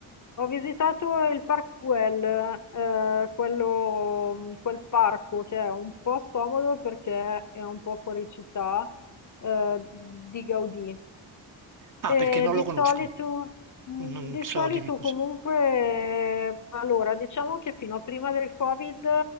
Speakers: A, on the left (about 40°); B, on the right (about 40°).
A: ho visitato il Parkwell, eh, quello, quel parco che è un po' scomodo perché è un po' fuori città, eh, di Gaudì.
B: Ah,
A: Eh,
B: perché non
A: di
B: lo conosco,
A: solito, mh,
B: non
A: di
B: so
A: solito
B: di che cosa.
A: comunque, eh, allora, diciamo che fino a prima del Covid